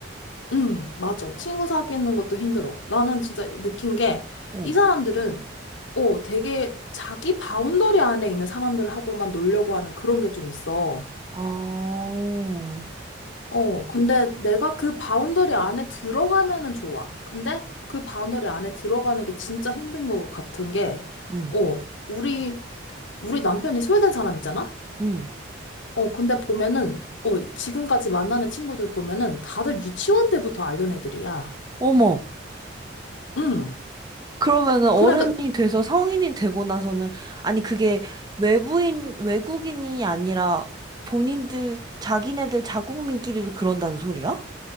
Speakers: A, on the left; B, on the right.
A: 응, 맞아. 친구 사귀는 것도 힘들어. 나는 진짜 느낀 게
B: 어.
A: 이 사람들은 어, 되게 자기 바운더리 안에 있는 사람들하고만 놀려고 하는 그런 게 좀 있어.
B: 아,
A: 어, 근데 내가 그 바운더리 안에 들어가면은 좋아. 근데 그 바운더리 안에 들어가는 게 진짜 힘든 것 같은 게,
B: 응,
A: 어, 우리, 우리 남편이 스웨덴 사람이잖아?
B: 응.
A: 어, 근데 보면은, 어, 지금까지 만나는 친구들 보면은 다들 유치원 때부터 알던 애들이야.
B: 어머.
A: 응.
B: 그러면은 어른이
A: 그러니까
B: 돼서 성인이 되고 나서는 아니 그게 외부인 외국인이 아니라 본인들 자기네들 자국민끼리도 그런다는 소리야?